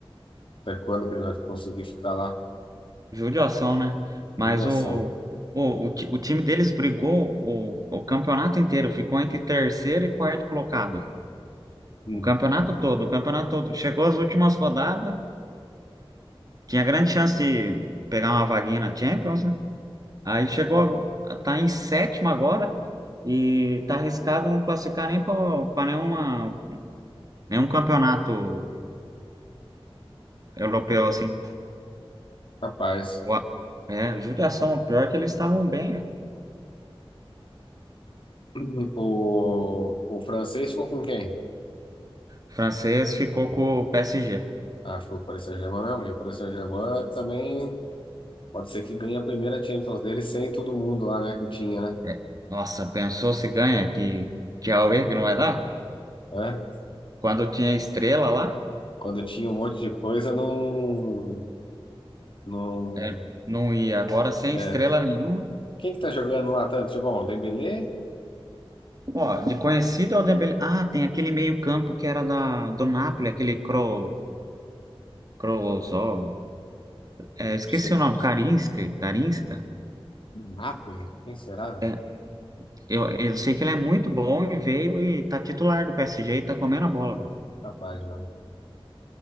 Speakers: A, on the left (about 60°); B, on the right (about 40°).
A: Até quando que ele vai conseguir ficar lá?
B: Judiação, né? Mas
A: Ligação.
B: o, o, o, ti- o time deles brigou o, o campeonato inteiro, ficou entre terceiro e quarto colocado.
A: Hum.
B: O campeonato todo, o campeonato todo. Chegou às últimas rodadas, tinha grande chance de pegar uma vaguinha na Champions, né? Aí chegou, a tá em sétimo agora e tá arriscado não classificar nem para nenhuma, nenhum campeonato europeu, assim.
A: Rapaz.
B: O- É, judiação, o pior é que eles estavam bem, né?
A: Uhum. O, o francês ficou com quem?
B: O francês ficou com o PSG.
A: Ah, ficou com o Paris Saint-Germain mesmo. E o Paris Saint-Germain também pode ser que ganhe a primeira Champions dele sem todo mundo lá, né? Que tinha, né?
B: É, Nossa, pensou se ganha que, que a UERG não vai dar?
A: É?
B: Quando tinha estrela lá,
A: Quando tinha um monte de coisa, não... não
B: é, não ia. Agora sem
A: é.
B: estrela nenhuma.
A: Quem que tá jogando lá tanto de bom? Dembélé? Não
B: Ó, de conhecido ao Dembélé. Ah, tem aquele meio-campo que era da, do Napoli, aquele Kro, Krolozov. É, esqueci
A: sei.
B: o nome, Karinska, Karinska.
A: Napoli? Quem será?
B: É, eu, eu sei que ele é muito bom e veio e tá titular do PSG e tá comendo a bola, velho.
A: Capaz, não.